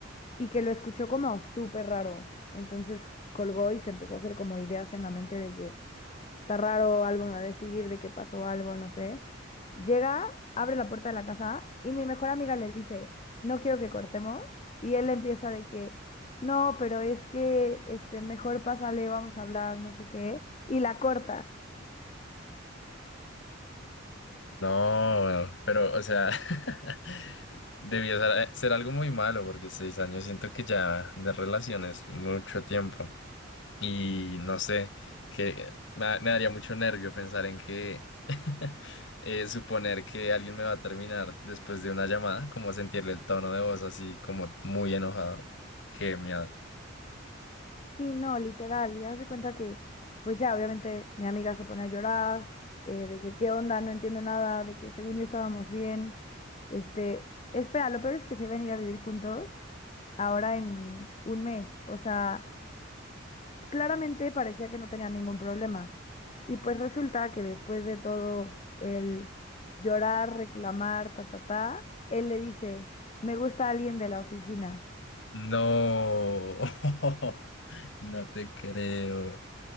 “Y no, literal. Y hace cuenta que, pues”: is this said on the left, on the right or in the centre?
Left